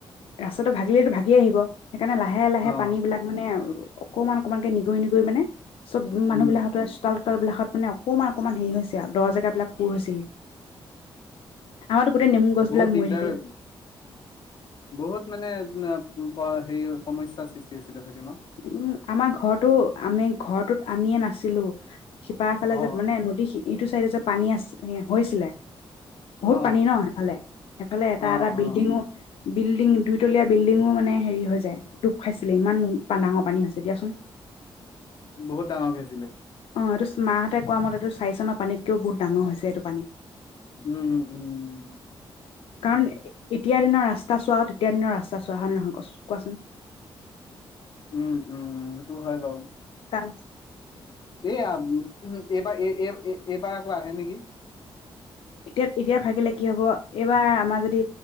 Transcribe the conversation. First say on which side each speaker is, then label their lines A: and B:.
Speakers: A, on the left (about 80°); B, on the left (about 50°).
A: ৰাস্তাটো ভাগিলেইেতো ভাগি আহিব সেইকাৰণে লাহে লাহে
B: অ
A: পানীবিলাক মানে অকমান অকমানকে নিগৰি নিগৰি মানে চব মানুহবিলাকত
B: উম
A: চোতাল বিলাকত মানে অকমান অকমান হেৰি হৈছে আৰু দহ জেগ বিলাক পূুৰ হৈছেহি আমাৰতো গোটেই নেমু গছ
B: বহুত
A: বিলাক
B: দিগদাৰ
A: মৰি থাকিলে
B: বহুত মানে সে সমস্যাৰ সৃষ্টি হৈছিলে চাগে ন
A: উম আমাৰ ঘৰটো আমি ঘৰটোত আমিয়ে নাছিলো শিপা এফালে
B: অ
A: যে মানে নদী শি এইটো চাইডে যে পানী আ হৈছিলে বহুত
B: অ
A: পানী ন সেইফালে সেইফালে এটা
B: অ
A: এটা বিল্ডিঙো বিল্ডিং দুইতলীয়া বিল্ডিঙো মানে হেৰি হৈ যায় ডুখ খাইছিলে ইমান প ডাঙৰ পানী হৈছে দিয়াচোন
B: বহুত ডাঙৰকে আছিলে
A: অ এইটো মাহঁতে কোৱা মতে এইটো চাৰি চনৰ পানীতকেও বহুত ডাঙৰ হৈছে এইটো পানী
B: উম উম উম
A: কাৰণ এতিয়াৰ দিনৰ ৰাস্তা চোৱা তেতিয়াৰ দিনৰ ৰাস্তা চোৱা হল নহয় ক কোৱাচোন
B: উম উম সেইটো হয় বাও
A: তাত
B: এ এবাৰ এ এই এইবাৰ আকৌ আহে নেকি
A: এতিয়া এতিয়া ভাগিলে কি হ'ব এইবাৰ আমাৰ যদি